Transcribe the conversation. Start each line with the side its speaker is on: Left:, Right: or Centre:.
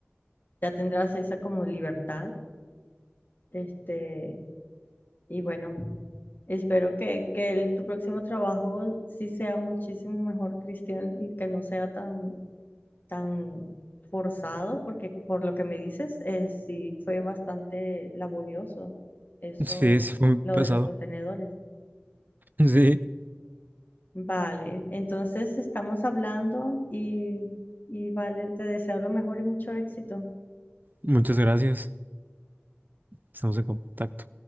Left: ya tendrás esa como libertad. Este, y bueno, espero que, que el- tu próximo trabajo sí sea muchísimo mejor, Cristian, y que no sea tan, tan forzado, porque por lo que me dices, eh, sí fue bastante laborioso eso,
Right: Sí, sí fue muy pesado.
Left: lo de los contenedores.
Right: Sí.
Left: Vale, entonces estamos hablando y, y vale, te deseo lo mejor y mucho éxito.
Right: Muchas gracias. Estamos en contacto.